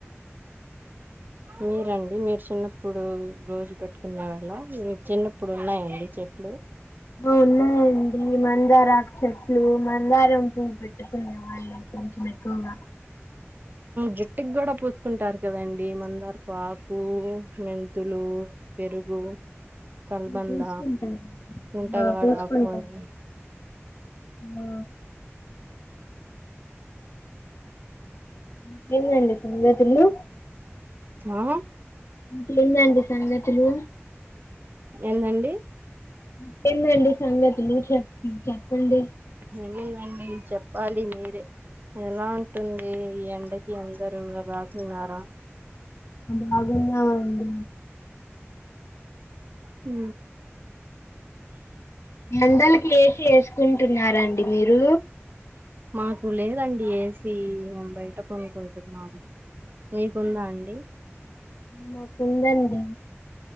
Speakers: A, on the right (about 40°); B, on the left (about 75°).
A: మీరండి మీరు చిన్నప్పుడు రోజు పెట్టుకునే వాళ్ళ మీ చిన్నప్పుడు ఉన్నాయండి చెట్లు
B: ఉన్నాయండి మందారకు చెట్లు మందారం పువు పెట్టుకునేవ <unintelligible> <unintelligible>
A: జుట్టుకి కూడ పూసుకుంటారు కదండి మందారపు ఆకు మెంతులు పెరుగు కల్బంద
B: పూసుకుంటాయి
A: ఉంటగాడ
B: పూసుకుంటాయి
A: ఆకూని
B: ఆ ఇంకేంది అండి సంగతులు
A: ఆ!
B: ఇంకేంది అండి సంగతులు
A: ఎందండి
B: ఇన్కేందండీ సంగతులు చెప్ చెప్పండి
A: ఏముందండి చెప్పాలి మీరే ఎలా ఉంటుంది ఈ ఎండకి అందరు ఇంగ బాగున్నార
B: బాగున్నామండి
A: ఉ
B: ఎండలకి ఎసి ఎసుకుంటున్నార అండి మీరు
A: మాకు లేదండి ఏసీ మేము బయట పనుకుంటున్నాము మీకుందా అండి
B: మాకు ఉందండి